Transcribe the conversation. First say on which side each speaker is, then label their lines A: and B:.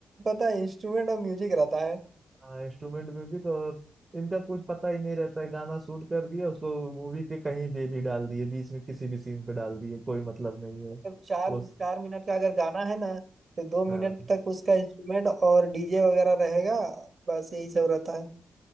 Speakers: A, on the right; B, on the right.
A: पता है इंस्ट्रूमेंट और म्यूजिक रहता है
B: हाँ इंस्ट्रूमेंट म्यूजिक और इनका कुछ पता ही नहीं रहता है गाना शूट कर दिया उसको मूवी के कहीं पे भी डाल दिए बीच में किसी भी सीन पे डाल दिए कोई मतलब नहीं है
A: तो चार
B: वो
A: चार मिनट का अगर गाना है ना तो दो मिनट
B: हाँ
A: तक उसका इंस्ट्रूमेंट और डीजे वगैरह रहेगा बस यही सब रहता है